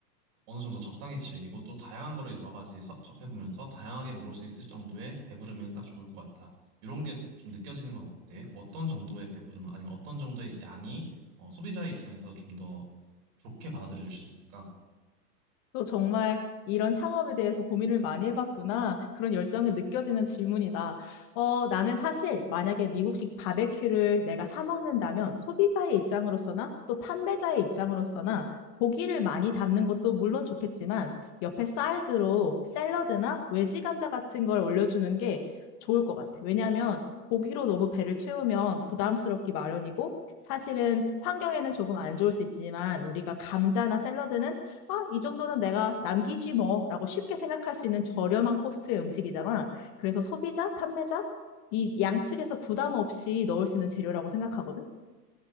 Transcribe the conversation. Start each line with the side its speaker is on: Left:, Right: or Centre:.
Right: 어느 정도 적당히 즐기고, 또 다양한 거를 여러 가지 서- 접해보면서, 다양하게 먹을 수 있을 정도의 배부르면 딱 좋을 것 같아. 이런 게 좀 느껴지는 건 어때? 어떤 정도의 배부름, 아니면 어떤 정도의 양이, 어, 소비자의 입장에서 좀 더 좋게 받아들여질 수 있을까?
Left: 너 정말 이런 창업에 대해서 고민을 많이 해봤구나. 그런 열정이 느껴지는 질문이다. 어, 나는 사실 만약에 미국식 바베큐를 내가 사 먹는다면 소비자의 입장으로서나 또 판매자의 입장으로서나 고기를 많이 담는 것도 물론 좋겠지만 옆에 사이드로 샐러드나 외지 감자 같은 걸 올려주는 게 좋을 것 같아. 왜냐하면 고기로 너무 배를 채우면 부담스럽기 마련이고 사실은 환경에는 조금 안 좋을 수 있지만 우리가 감자나 샐러드는 아, 이 정도는 내가 남기지 뭐, 라고 쉽게 생각할 수 있는 저렴한 코스트의 음식이잖아. 그래서 소비자, 판매자, 이 양측에서 부담 없이 넣을 수 있는 재료라고 생각하거든.